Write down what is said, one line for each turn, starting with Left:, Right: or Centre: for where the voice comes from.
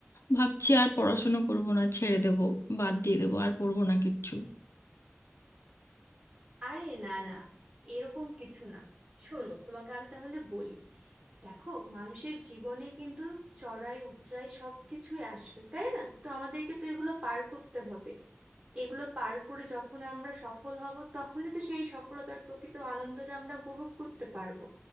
Left: ভাবছি আর পড়াশুনো করবো না ছেড়ে দেবো বাদ দিয়ে দেবো আর পড়বো না কিচ্ছু
Right: আরে না না এরকম কিছু না শোনো তোমাকে আমি তাহলে বলি দেখো মানুষের জীবনে কিন্তু চড়াই উৎরাই সব কিছুই আসবে তাই না তো আমাদেরকে তো এগুলো পার করতে হবে এগুলো পার করে যখন আমরা সফল হব তখনই তো সেই সফলতার প্রকৃত আনন্দটা আমরা উপভোগ করতে পারবো